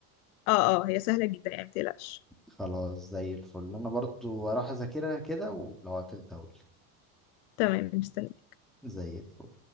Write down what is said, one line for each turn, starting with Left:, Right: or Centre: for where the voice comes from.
Left: اه اه هي سهلة جدا يعني متقلقش
Centre: خلاص زي الفل أنا برضو هروح أذاكرها كده ولو عطلت أقول
Left: تمام مستني
Centre: زي الفل